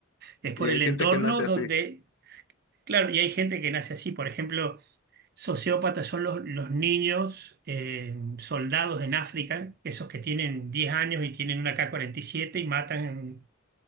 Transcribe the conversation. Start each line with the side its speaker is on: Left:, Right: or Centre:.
Right: Es por
Left: Y hay
Right: el
Left: gente
Right: entorno
Left: que nace
Right: donde,
Left: así.
Right: claro, y hay gente que nace así, por ejemplo. Sociópatas son los, los niños eh, soldados en África, esos que tienen 10 años y tienen una K-47 y siete y matan.